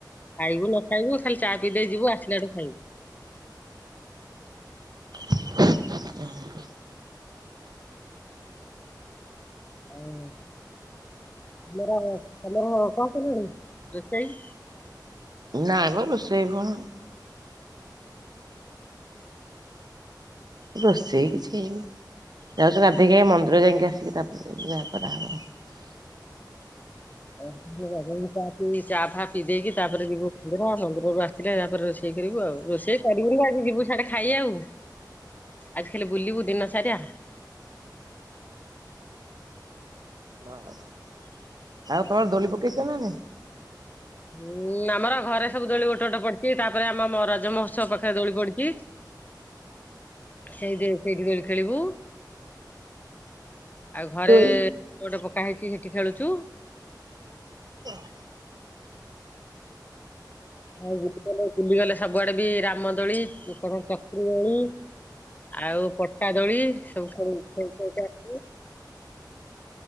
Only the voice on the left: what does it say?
ଖାଇବୁ ନ ଖାଇବୁ ଖାଲି ଚା ପିଇ ଦେଇ ଯିବୁ ଆସିଲାଠୁ ଖାଇବୁ।
ଆଉ ତମର ତମର କଣ କଲଣି ରୋଷେଇ?
<unintelligible> ଚା ଫା ପିଇ ଦେଇକି ତାପରେ ଯିବୁ ମନ୍ଦିର ମନ୍ଦିରରୁ ଆସିଲେ ତାପରେ ରୋଷେଇ। ରୋଷେଇ କରିବୁ ଆଉ ରୋଷେଇ କରିବୁନୁ ଆଜି ଯିବୁ ସିଆଡେ। ଖାଇ ଆଉ ଆଜି ଖାଲି ବୁଲିବୁ ଦିନ ସାରା।
ହୁଁ ଆମର ଘରେ ସବୁ ଦୋଳି ଗୋଟେ ଗୋଟେ ପଡିଛି ତାପରେ ଆମ ରଜ ମହୋତ୍ସବ ପାଖରେ ଦୋଳି ପଡିଛି। ସେଇ ସେଇଠି ଦୋଳି ଖେଳିବୁ। ଆଉ ଘରେ
ଗୋଟେ ପକା ହେଇଛି ସେଇଠି ଖେଳୁଛୁ।
ହଉ ବୁଲିଗଲେ ବୁଲିଗଲେ ସବୁଆଡେ ବି ରାମ ଦୋଳି କଣ ଚକ୍ର ଦୋଳି। ଆଉ ପଟା ଦୋଳି ସବୁ ଖେଳି ଖେଳିକା ଆସିବୁ।